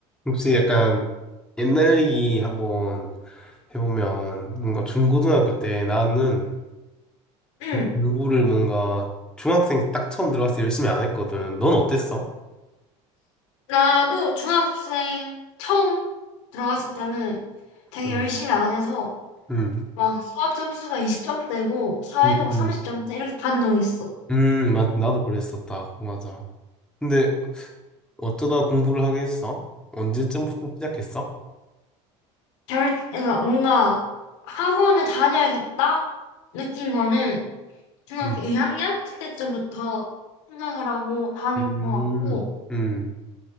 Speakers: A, in the centre; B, on the left (about 80°).
A: 혹시 약간 옛날 얘기 한번 해보면 뭔가 중고등학교 때 나는
B: 응,
A: 공부를 뭔가 중학생 딱 처음 들어갔을 때 열심히 안 했거든. 넌 어땠어?
B: 나도 중학생 처음 들어갔을 때는 되게
A: 음,
B: 열심히 안 해서
A: 음,
B: 막 수학 점수가 20점대고 사회도
A: 음,
B: 막
A: 음,
B: 30점대 이렇게 받은 적이 있어.
A: 음, 맞, 나도 그랬었다. 맞아. 근데 어쩌다 공부를 하게 했어? 언제쯤부터 시작했어?
B: 결, 그러니까 뭔가 학원을 다녀야겠다 느낀 거는 중학교
A: 음,
B: 2학년 그때쯤부터 생각을 하고 다닌
A: 음,
B: 것 같고
A: 음,